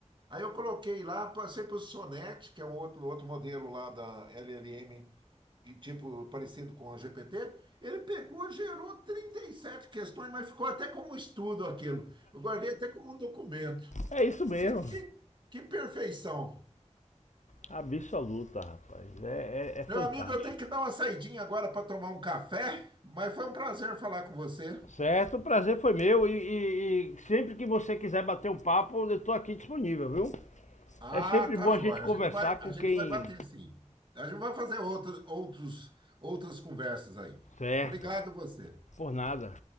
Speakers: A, on the right; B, on the left.
A: Aí eu coloquei lá, passei para o Sonnet, que é um outro, outro modelo lá da LLM e, tipo parecido com o GPT, ele pegou, gerou 37 questões, mas ficou até como estudo aquilo. Eu guardei até como um documento.
B: É isso mesmo.
A: Porque que, que perfeição.
B: Absoluta, rapaz. É, é- é fantástico.
A: Meu amigo, eu tenho que dar uma saidinha agora para tomar um café, mas foi um prazer falar com você.
B: Certo, o prazer foi meu. E, e- e sempre que você quiser bater um papo, eu estou aqui disponível, viu?
A: Ah,
B: É sempre
A: tá
B: bom
A: jóia.
B: a gente conversar
A: A gente vai,
B: com
A: a
B: quem.
A: gente vai bater sim. A gente vai fazer outros, outros, outras conversas aí.
B: Certo,
A: Obrigado você.
B: por nada.